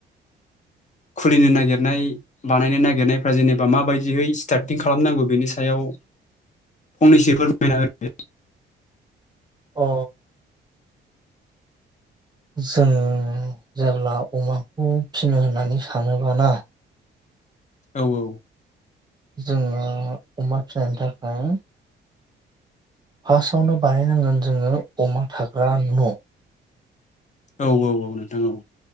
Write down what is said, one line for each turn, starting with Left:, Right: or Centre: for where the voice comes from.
Right: <unintelligible>
Left: खुलिनो नागिरनाय बानायनो नागिरनायफ्रा जेनेबा माबायदियै स्टार्टिं खालामनांगौ बेनि सायाव फंनैसो फोरमायना होदो
Right: अ जोङो जेब्ला अमाखौ फिनो होननानै सानोबाना
Left: औ औ
Right: जोङो अमा फिनायनि थाखाय फार्स्टआवनो बानायनांगोन जोङो अमा थाग्रा न'
Left: औ औ औ नोंथां औ